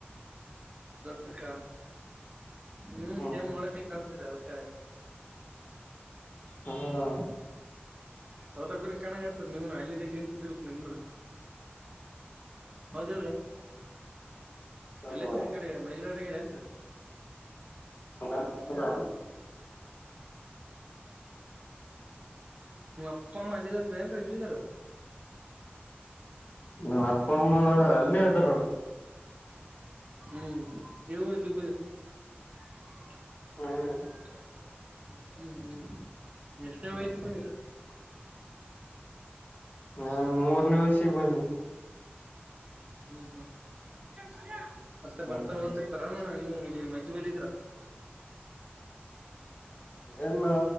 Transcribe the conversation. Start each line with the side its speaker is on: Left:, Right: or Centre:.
Right: ಸೌತ್ ಆಫ್ರಿಕಾ ನೀ
Left: ಹ್ಮ್
Right: ಸೇಮ್ ಮಾಡಳಕ ಅದಕ
Left: ಹೌದೌ
Right: ಸೌತ್ ಆಫ್ರಿಕಾ ಕಣಗ ಆತರಿ ನೀವ್ನು ಅಲ್ಲಿದ್ದೇ ಜೀನ್ಸ್ ಇದರು ನಿಮ್ದನ ಹೌದ ಹೇಳ್ರಿ
Left: ಹೌದಣ
Right: ಅಲ್ಲಸ ಈ ಕಡೆ ಮೈಗ್ರೇಟ್ ಆಗರ ಏನ್ರೀ
Left: ಹ ಹೌದ
Right: ನಿಮ್ಮ ಅಪ್ಪ ಅಮ್ಮ ಅಲ್ಲಿದಾರ ಏನ್ ಇಲ್ಲಿದಾರ.
Left: ನನ್ ಅಪ್ಪ ಅಮ್ಮ
Right: ಹ್ಮ್
Left: ಅಲ್ಲೇ ಅದಾರೋಡ
Right: ಹ್ಮ್ ಇವ ಇಲಿ <unintelligible>
Left: ಹ್ಮ್
Right: ಹ್ಮ್ ಹ್ಮ್ ಎಷ್ಟನೇ ವಯಸ್ಸ ಬಂದರ
Left: ನಾನು ಮೂರನೇ ವಯಸಿಗೆ ಬನ್ನೆ
Right: ಹ್ಮ್ ಹ್ಮ್ ಮತ್ತೆ
Left: ಹ್ಮ್
Right: ಬರ್ತಾ
Left: ಹ್ಮ್
Right: ಓದ್ತಿರ್ತಾರಲ್ಲಣ ನೀವು ಇಲ್ಲಿ ನಿಮ್ಮಜ್ಜಿ ಬಂದಿದ್ರು
Left: ಎ